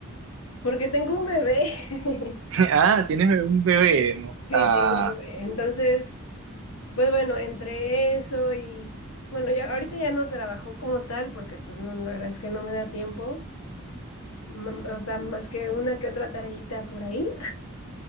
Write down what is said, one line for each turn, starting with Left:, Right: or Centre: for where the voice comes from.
Left: Porque tengo un bebé. <laughs>
Right: <laughs> Ah, tienes un bebé, no,
Left: Sí,
Right: ah,
Left: tengo un bebé. Entonces, pues bueno, entre eso y bueno, ya ahorita ya no trabajo como tal porque pues no, la verdad es que no me da tiempo, mm, o sea, más que una que otra tareita por ahí,